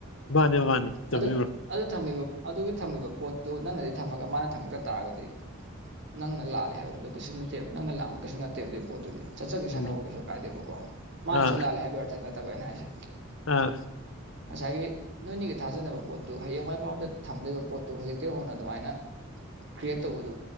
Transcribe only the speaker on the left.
ꯃꯥꯅꯤ ꯃꯥꯅꯤ ꯆꯨꯝꯃꯤ
ꯕ꯭ꯔꯣ
ꯆꯨꯝꯃꯤ
ꯑꯥ
ꯑꯥ